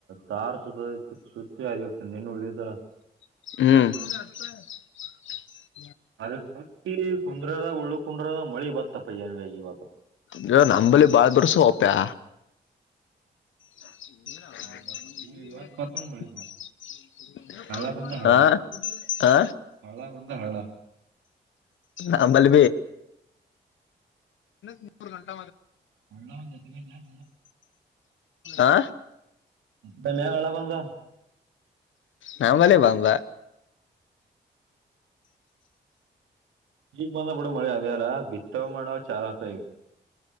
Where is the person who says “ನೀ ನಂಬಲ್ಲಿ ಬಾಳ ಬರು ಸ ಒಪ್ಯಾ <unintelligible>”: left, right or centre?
Left